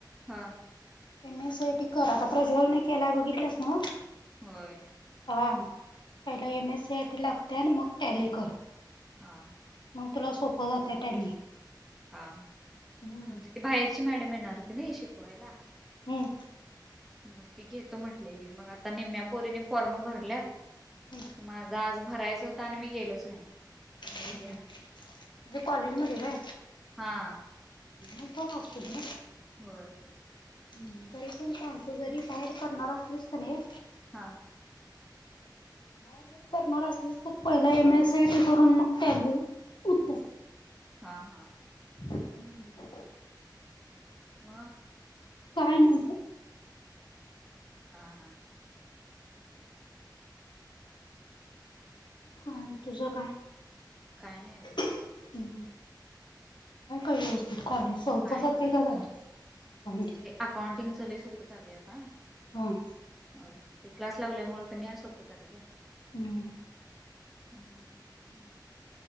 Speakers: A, in the centre; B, on the left.
A: हा.
B: M S C I T कर, आता प्रज्वलने केलाय बघितलंस नव्ह.
A: होय.
B: हा पहिला M S C I T लागते, मग टॅली कर
A: हां! हां! !
B: मग तुला सोपं जातं टॅली!
A: हा! हा!
B: हम्म.
A: म्हणजे ती बाहेरची मॅडम येणार की नाही शिकवायला.
B: हम्म.
A: मग ती घेतो म्हटलेलीमग आता! निमम्या पोरीने फॉर्म भरल्यास
B: हक <inaudible>
A: माझा आज भरायच होता, आणि मी गेलोच नाही! मग
B: हम्!
A: उद्या
B: म्हणजे कॉलेजमध्ये होय!
A: हा! !
B: मग बरं असेल!
A: होय!
B: ह तरी कोण सांग तू? जरी बाहेर करणार असलीस का नाही?
A: हां! !
B: बाहेर जरी करणार असल्यास तर, पहिला M S C I T करून मग टॅली उत्तर!
A: हा! हा! !
B: हम्म! !
A: वा! !
B: काय नाही हव?
A: हां! हां! !
B: का तुझं काय?
A: काय नाही बघ! !
B: ह! म कायत कॉलेज! चौथच
A: हाय
B: का जराॉंट! !
A: अकाउंटिंग चले सोपं चालली आता! !
B: हो! !
A: ह! ते क्लास लावल्यामुळे पण सोपं ले का?
B: हम्म! !
A: हम! !
B: हम् <unintelligible>